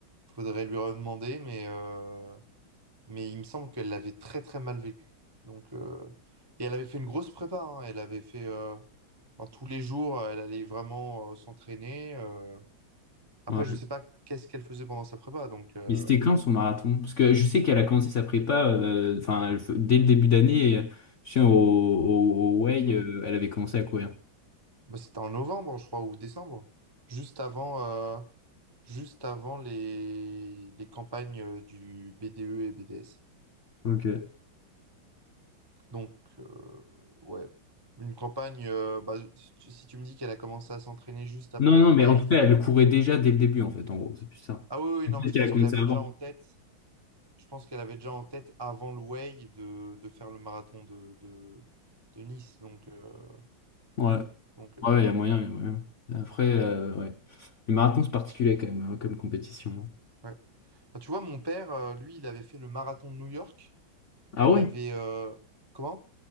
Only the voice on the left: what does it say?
Ouais.
Mais c'était quand son marathon? Parce que je sais qu'elle a commencé sa prépa, euh, enfin, elle fe- dès le début d'année, euh, je sais, au, au, au Way,
euh, elle avait commencé à courir.
Ok, ouais.
Non, non,
mais en tout cas, elle courait déjà dès le début, en fait, en gros, c'est plus ça.
Peut-être
qu'elle
a commencé
avant.
Ouais,
ouais, il y a moyen, il y a moyen. Après, euh, ouais. Les marathons, c'est particulier quand même, hein, comme compétition.
Ah
ouais?